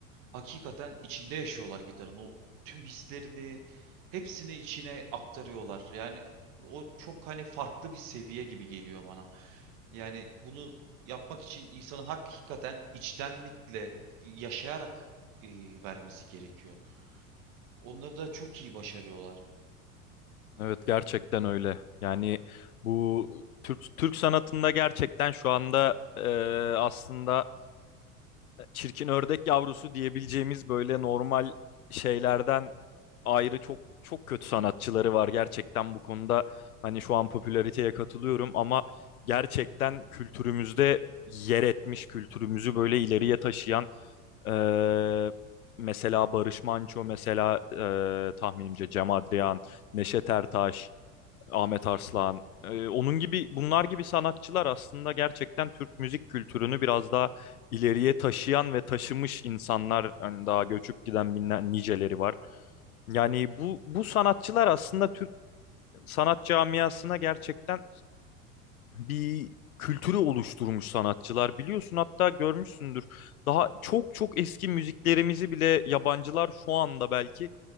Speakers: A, on the right; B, on the left.
A: hakikaten içinde yaşıyorlar gitarın. O tüm hislerini hepsini içine aktarıyorlar. Yani o çok hani farklı bir seviye gibi geliyor bana. Yani bunu yapmak için insanın hakikaten içtenlikle yaşayarak e, vermesi gerekiyor. Onları da çok iyi başarıyorlar.
B: Evet gerçekten öyle. Yani bu Türk Türk sanatında gerçekten şu anda e, aslında çirkin ördek yavrusu diyebileceğimiz böyle normal şeylerden ayrı çok çok kötü sanatçıları var gerçekten bu konuda. Hani şu an popülariteye katılıyorum ama gerçekten kültürümüzde yer etmiş, kültürümüzü böyle ileriye taşıyan eee, mesela Barış Manço, mesela eee, tahminimce Cem Adrian, Neşet Ertaş, Ahmet Arslan. Ee, onun gibi bunlar gibi sanatçılar aslında gerçekten Türk müzik kültürünü biraz daha ileriye taşıyan ve taşımış insanlar hani daha göçüp giden binler niceleri var. Yani bu bu sanatçılar aslında Türk sanat camiasına gerçekten bir kültürü oluşturmuş sanatçılar. Biliyorsun hatta görmüşsündür. Daha çok çok eski müziklerimizi bile yabancılar şu anda belki